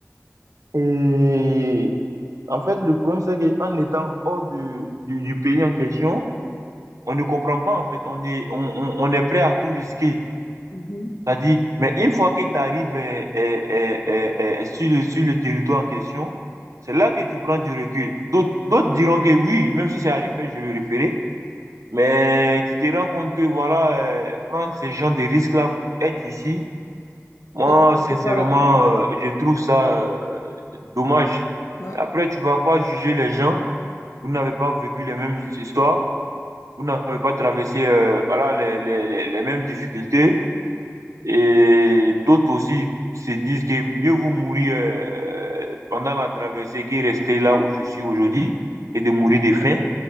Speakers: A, on the right (about 75°); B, on the left (about 80°).
A: et en fait, le problème, c'est qu'en étant hors de- du, du pays en question, on ne comprend pas, en fait. On est, on, on- on est prêt à tout risquer.
B: Mhm.
A: C'est-à-dire, mais une fois que tu arrives euh, euh, euh, euh, euh, sur le, sur le territoire en question, c'est là que tu prends du recul. D'autres, d'autres diront que oui, même si c'est à refaire, je le referai. Mais tu te rends compte que, voilà, euh, prendre ces gens de risques-là pour être ici, Moi,
B: Ça ne
A: sincèrement,
B: vaut pas la peine.
A: euh, je trouve ça euh, dommage.
B: Ouais.
A: Après, tu vas pas juger les gens. Vous n'avez pas vécu les mêmes histoires. Vous n'avez pas traversé euh, voilà, les, les, les, les mêmes difficultés. Et d'autres aussi se disent que mieux vaut mourir euh, pendant la traversée que rester là où je suis aujourd'hui et de mourir de faim.